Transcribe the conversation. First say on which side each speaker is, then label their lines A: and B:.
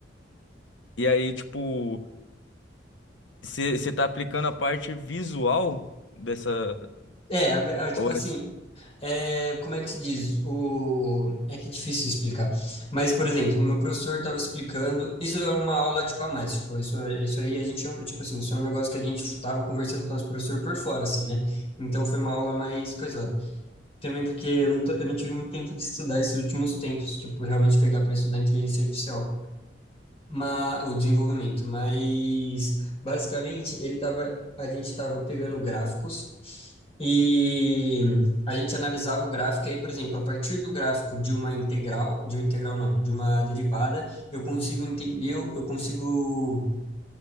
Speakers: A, on the left (about 75°); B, on the left (about 30°).
A: e aí, tipo, você está aplicando a parte visual dessa,
B: é, a a- tipo
A: ou
B: assim,
A: é,
B: é, como é que se diz? O, é que é difícil explicar. Mas, por exemplo, o meu professor estava explicando, isso é uma aula, tipo, a mais, tipo, isso, isso aí a gente, não- tipo assim, isso é um negócio que a gente estava conversando com o nosso professor por fora, assim, né? Então foi uma aula mais coisa. Também porque eu não, tô- eu não tive muito tempo de estudar esses últimos tempos, tipo, realmente pegar para estudar inteligência artificial, mas, o desenvolvimento. Mas, basicamente, ele tava, a gente estava pegando gráficos e a gente analisava o gráfico. E aí, por exemplo, a partir do gráfico de uma integral, de uma integral não, de uma derivada, eu consigo entender, eu consigo